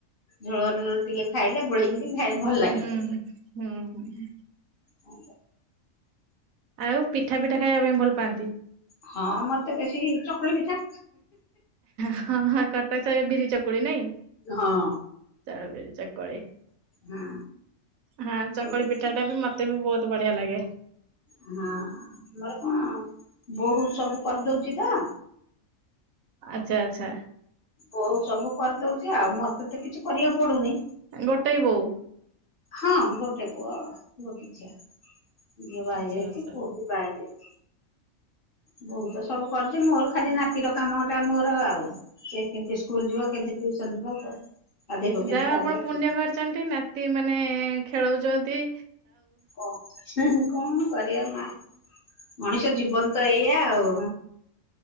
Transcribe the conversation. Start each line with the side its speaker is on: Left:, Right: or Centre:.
Left: ଝୋଳ ଟିକେ ଖାଇଲେ ଗୋଳେଇ ଖାଇ ଭଲ ଲାଗେ
Right: ହୁଁ ହୁଁ ହୁଁ ହୁଁ
Left: ହ
Right: ଆଉ ପିଠା ପିଠା ଖାଇବା ପାଇଁ ଭଲ ପାଆନ୍ତି?
Left: ହଁ ମତେ ବେଶୀ ଚକୁଳି ପିଠା।
Right: ହଁ ହଁ କଟାସ ବିରି ଚକୁଳି ନାଇଁ।
Left: ହଁ।
Right: ଚା <unintelligible> ଚକୁଳି
Left: ହଁ
Right: ହଁ ଚକୁଳି
Left: ପିଠା
Right: ପିଠାଟା
Left: ହଁ
Right: ବି ମତ୍ ତେବି ବହୁତ ବଢିଆ ଲାଗେ।
Left: ହଁ ଆମର କଣ ବୋହୂ ସବୁ କରିଦଉଚି ତ।
Right: ଆଚ୍ଛା ଆଚ୍ଛା
Left: ବୋଉ ସବୁ କରିଦଉଚି ଆଉ ମତେ ତ କିଛି କରିବାକୁ ପଡୁନି।
Right: ଗୋଟାଏ ବୋଉ।
Left: ହଁ ଗୋଟେ ପୁଅ ପୁଅ କି ଝିଅ ଝିଅ ବାହା
Right: ଆଚ୍ଛା
Left: ହେଇଯାଇଚି
Right: ଆଚ୍ଛା
Left: ପୁଅ ବି ବାହା ହେଇଯାଇ ବୋଉ ତ ସବୁ କରୁଚି ମୋର ଖାଲି ନାତ୍ <unintelligible> କାମଟା ମୋର ଆଉ ସେ କେମିତି ସ୍କୁଲ ଯିବ କେମିତି ଟ୍ୟୁସନ୍ ଯିବ। ଗାଧେଇବ କେମିତି
Right: ଯାହା
Left: ପାଧେଇବ
Right: ଆପଣ ପୁଣ୍ୟ
Left: କେମିତି,
Right: କରିଚନ୍ତି ନାତି ମାନେ ଖେଳଉଚନ୍ତି।
Left: କ ହୁଁ ହୁଁ କଣ କରିବା ମା। ମଣିଷ ଜୀବନ ତ ଏଇଆ ଆଉ।